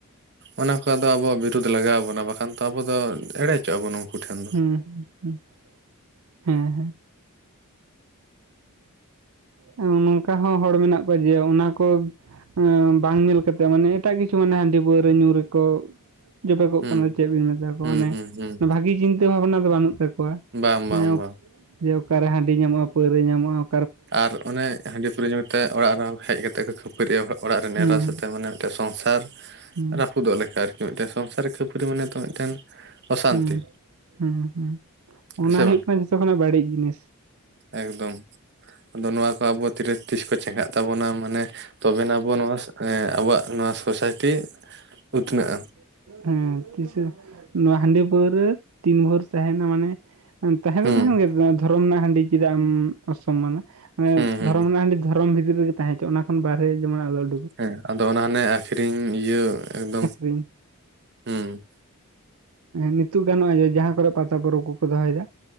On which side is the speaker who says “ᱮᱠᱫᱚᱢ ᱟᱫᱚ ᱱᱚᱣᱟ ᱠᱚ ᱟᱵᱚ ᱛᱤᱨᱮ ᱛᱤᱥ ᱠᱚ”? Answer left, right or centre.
Right